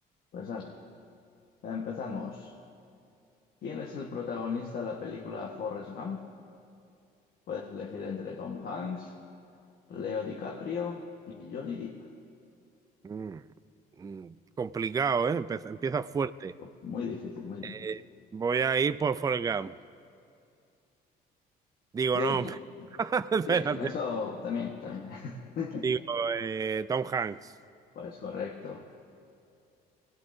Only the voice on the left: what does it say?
Pues dale, empezamos. ¿Quién es el protagonista de la película Forrest Gump? Puedes elegir entre Tom Hanks, Leo DiCaprio y Johnny Depp.
Uf, muy difícil, muy difícil.
Diga,
Sí, eso también, también. <laughs>
Pues correcto.